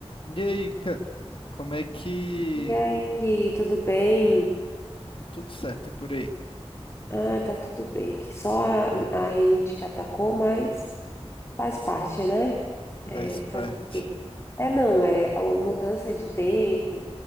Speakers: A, on the left (about 55°); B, on the left (about 25°).
A: E aí, ca- como é que
B: E aí, Gui, tudo bem?
A: tudo certo por aí?
B: Ah, tá tudo bem aqui. Só a, a rinite que atacou, mas faz parte, né? É,
A: Faz parte
B: faz o quê? É, não, é a mudança de tempo.